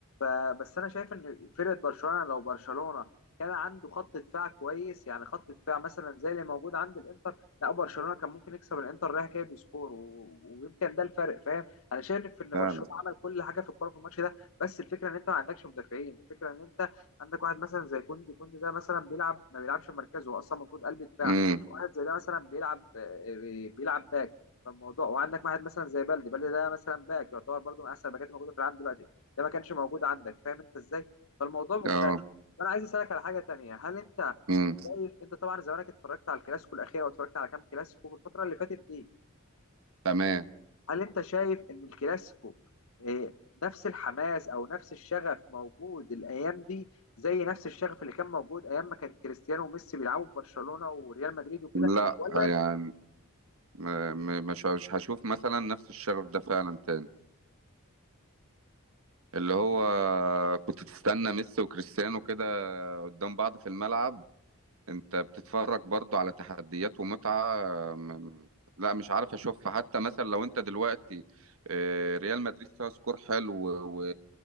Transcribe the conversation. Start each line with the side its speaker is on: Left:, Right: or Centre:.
Left: آه بس انا شايف ان فرقه برشلونه لو برشلونه كان عنده خط دفاع كويس يعني خط دفاع مثلا زي اللي موجود عند الانتر لا برشلونه كان ممكن يكسب الانتر رايح جاي بسكور و- ويمكن ده الفرق فاهم انا شايف ان
Right: فعلا
Left: برشلونه عمل كل حاجه في الكوره في الماتش ده بس الفكره ان انت ما عندكش مدافعين الفكره ان انت عندك واحد مثلا زي كوندي كوندي ده مثلا بيلعب ما بيلعبش في مركزه هو اصلا المفروض قلب دفاع
Right: امم
Left: واحد زي ده مثلا بيلعب آه، بيلعب باك فالموضوع وعندك واحد مثلا زي بلدي بلدي ده مثلا باك يعتبر برضه من احسن الباكات الموجوده في العالم دلوقتي ده ما كانش موجود عندك فاهم انت ازاي فالموضوع مختلف
Right: أه
Left: فانا عايز اسالك على حاجه تانية هل انت
Right: امم
Left: شايف انت طبعا زمانك اتفرجت على الكلاسيكو الاخير او اتفرجت على كام كلاسيكو في الفتره اللي فاتت دي
Right: تمام
Left: هل انت شايف ان الكلاسيكو اه، نفس الحماس او نفس الشغف موجود الايام دي زي نفس الشغف اللي كان موجود ايام ما كان كريستيانو وميسي بيلعبوا في برشلونه وريال مدريد وكده
Right: لا
Left: ولا
Right: آه، يعني م- م- مش مش هشوف مثلا نفس الشغف ده فعلا تاني اللي هو كنت تستنى ميسي وكريستيانو كده قدام بعض في الملعب انت بتتفرج برضو على تحديات ومتعة م- لا مش عارف اشوفها حتى مثلا لو انت دلوقتي آه، ريال مدريد فيها سكور حلو و-